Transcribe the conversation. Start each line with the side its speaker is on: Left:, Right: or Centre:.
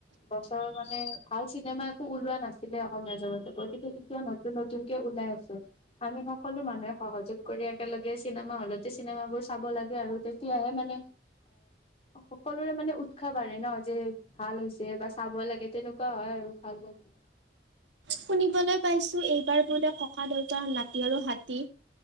Left: বছৰমানে ভাল চিনেমা একো ওলোৱা নাছিলে অসমীয়া জগতত গতিকে এতিয়া নতুন, নতনকে ওলাই আছোঁ। আমি সকলো মানুহে সহযোগ কৰি একেলগে চিনেমা হলতে চিনেমাবোৰ চাব লাগে আৰু তেতিয়াহে মানে অ'সকলোৰে মানে উৎসাহ বাঢ়ে ন' যে ভাল হৈছে বা চাব লাগে তেনেকুৱা হয় আৰু ভাল লাগে।
Right: শুনিবলৈ পাইছো এইবাৰ বোলে ককা-দেউতা নাতি আৰু হাতী